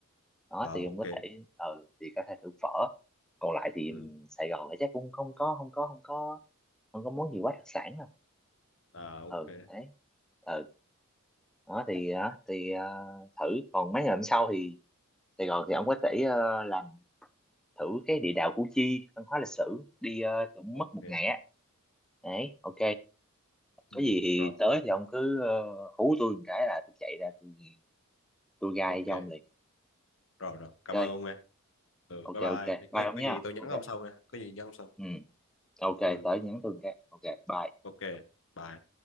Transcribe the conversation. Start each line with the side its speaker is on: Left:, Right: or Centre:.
Centre: đó
Left: à,
Centre: thì em
Left: ok
Centre: có thể ừ thì có thể thử phở còn lại thì
Left: ừ.
Centre: Sài Gòn thì chắc cũng không có không có không có không có món gì quá đặc sản đâu
Left: à,
Centre: ừ
Left: ok
Centre: đấy ừ đó thì đó thì ờ, thử còn mấy ngày hôm sau thì Sài Gòn thì ông có thể ờ, làm thử cái địa đạo Củ Chi văn hóa lịch sử đi ờ, cũng
Left: ok
Centre: mất một ngày á đấy ok
Left: ừ.
Centre: có gì thì
Left: rồi
Centre: tới thì ông cứ ờ, hú tôi một cái là tôi chạy ra tôi tôi gai
Left: ok
Centre: cho ông liền
Left: rồi rồi cảm
Centre: ok
Left: ơn ông nghe ừ,
Centre: ok
Left: bye bye
Centre: ok bye
Left: có
Centre: ông
Left: có
Centre: nhá
Left: gì tôi nhắn
Centre: ok
Left: ông sau nghe có gì nhắn ông sau
Centre: ừ ok
Left: ừ.
Centre: tới nhắn tôi cái ok bye
Left: ok bye